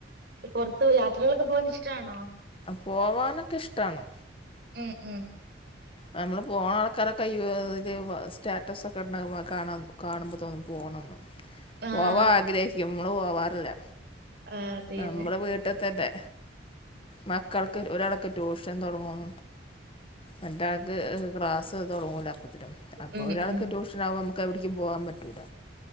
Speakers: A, on the right; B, on the left.
A: പുറത്ത് യാത്രകളൊക്കെ പോവാൻ ഇഷ്ടാണോ?
B: പോവാനൊക്കെ ഇഷ്ടാണ്.
A: ഉം ഉം.
B: നമ്മള് പോണ ആൾക്കാരൊക്കെ ഇയ്യ് ഇത് സ്റ്റാറ്റസ് ഒക്കെ ഇടണ കാ കാണുമ്പോ തോന്നും പോണെന്ന്.
A: ആഹ്
B: പോവാൻ ആഗ്രഹിക്കും നമ്മള് പോവാറില്ല
A: അതെ
B: നമ്മള്
A: അതെ
B: വീട്ടി തന്നെ. മക്കൾക്ക് ഒര് ഒരാള്ക്ക് ട്യൂഷൻ തുടങ്ങും മറ്റാൾക്ക് ക്രാസ്സ് തുടങ്ങൂല അപ്പത്തിനും അപ്പോ
A: ഉം
B: ഒരാൾക്ക്
A: ഉം
B: ട്യൂഷൻ ആവം ക്ക് എവിടേക്കും പോവാൻ പറ്റൂല